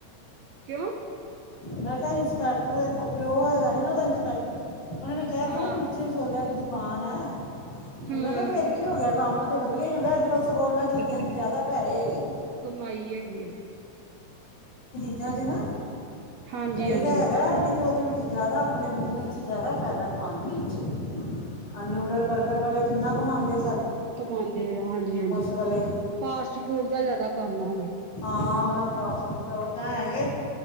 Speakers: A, on the right; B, on the left.
A: ਕਿਉਂ?
B: ਮੈਂ ਕਿਹਾ ਇੰਸਪੈਕਟਰ ਪਿਓ ਹੈਗਾ ਸੀ ਨਾ ਉਹਦਾ ਇੰਸਪੈਕਟਰ ਉਹਨਾਂ ਨੇ ਕਿਹਾ ਤੇ
A: ਹਾਂ
B: ਨਾ ਕੁਲਚੀਆਂ ਛੋਲਿਆਂ ਦੀ ਦੁਕਾਨ ਆਣਾ
A: ਹੂੰ
B: ਮੈਂ ਕਿਹਾ ਫੇਰ ਕੀ ਹੋ ਗਿਆ ਕੰਮ ਵਧੀਆ ਹੀ ਹੁੰਦਾ ਬਸ ਹੋਰਨਾ ਚੀਜ਼ਾਂ
A: ਵਧੀਆ
B: 'ਚ ਜ਼ਿਆਦਾ ਪੈਹੇ ਹੈਗੇ ਨੇ
A: ਕਮਾਈ ਹੈਗੀ ਆ
B: ਜਿਨਾ ਦੇ ਨਾ
A: ਹਾਂਜੀ
B: ਕਹੀ
A: ਹਾਂਜੀ
B: ਤਾਂ ਹੈਗਾ ਨੀ ਅਤੇ ਉਹਦੇ ਵਿੱਚ ਜ਼ਿਆਦਾ ਆਪਣੇ ਬਿਜ਼ਨਸ 'ਚ ਜ਼ਿਆਦਾ ਫਾਇਦਾ ਖਾਣ ਪੀਣ ਚ ਨਿਊਡਲ ਬਰਗਰ ਵਾਲੇ ਕਿੰਨਾ ਕਮਾਂਦੇ
A: ਕਮਾਦੇ ਆ ਹਾਂਜੀ-ਹਾਂਜੀ
B: ਵਾਲੇ
A: ਫਾਸਟ ਫੂਡ ਦਾ ਜ਼ਿਆਦਾ ਕੰਮ ਹੁਣ
B: ਹਾਂ ਉਹਦਾ ਫਾਸ ਓਦਾਂ ਹੈ ਕੇ